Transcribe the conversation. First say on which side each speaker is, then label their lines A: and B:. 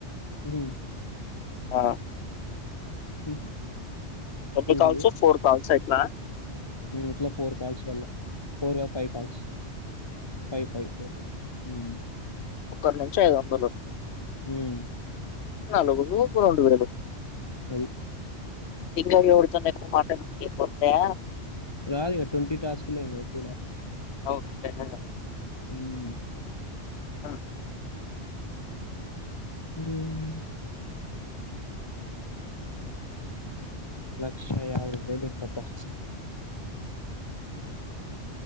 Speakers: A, on the left (about 20°); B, on the left (about 65°).
A: ఉహు
B: ఆ
A: హ
B: ఎన్ని
A: చూడు
B: కాల్స్ ఫోర్ కాల్స్ ఇట్లా
A: మేం ఇట్లా ఫోర్ కాల్స్ వెళ ఫోర్ కాదు five calls five five four ఉమ్
B: ఒకరి నుంచి ఐదు వందలు
A: ఉమ్
B: నలుగురు ఒక రెండు వేలు
A: అది
B: ఇంగ ఎవుడితో నేక్కువ్ మాట్లాడుతుంటే పోతాయా
A: రాదు ఇగ ట్వంటీ టాస్కూలే ఇంగ ఎక్కు
B: అవు <unintelligible>
A: ఉమ్
B: ఆ
A: ఉమ్ లక్షయాయాభైవేలు ఇంకబ్బా